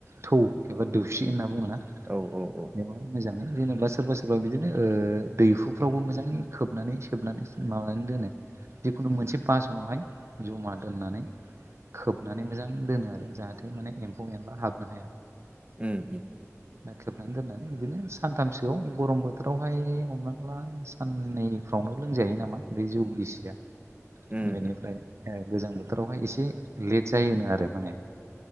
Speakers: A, on the right; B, on the right.
A: थौ एबा दोख्सि होनना बुङोना
B: औ औ औ
A: बेवाय
B: औ
A: मोजाङै जेनेबा सोरबा सोरबा बिदिनो दैहुफ्रावबो मोजाङै खोबनानै सोबनानै माबानानै दोनो जिखुनु मोनसे बासनावहाय जमा दोननानै खोबनानै मोजां दोनो आरो जाहाथे माने एम्फौ एनला हाबनो हाया।
B: उम उम
A: खोबनानै दोननानै बिदिनो सानथामसोआव गरम बोथोरावहाय हमनानै ला साननैफ्रावनो लोंजायो नामा बे जौ गिसिया
B: उम
A: बेनिफ्राय
B: उम
A: गोजां बोथोरावहाय एसे लेट जायोनो आरो माने